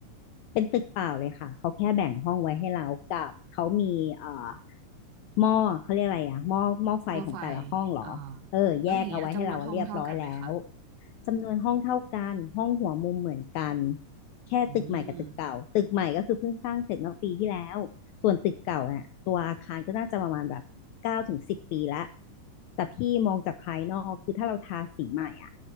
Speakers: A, on the left; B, on the right.
A: เป็นตึกเปล่าเลยค่ะเขาแค่แบ่งห้องไว้ให้เรากับเขามีเอ่อหม้อเขาเรียกอะไรอะหม้อหม้อไฟของแต่ละห้องเหรอเออแยกเอาไว้ให้เราเรียบร้อยแล้ว
B: ว่าไฟอ่าแล้วอย่างเงี้ยจำนวนห้องเท่ากันไหมคะ
A: จำนวนห้องเท่ากันห้องหัวมุมเหมือนกันแค่ตึกใหม่กับตึกเก่าตึกใหม่ก็คือเพิ่งสร้างเสร็จเมื่อปีที่แล้วส่วนตึกเก่าเนี่ยตัวอาคารก็น่าจะประมาณแบบเก้าถึงสิบปีละ
B: อืม
A: แต่พี่มองจากภายนอกคือถ้าเราทาสีใหม่อะ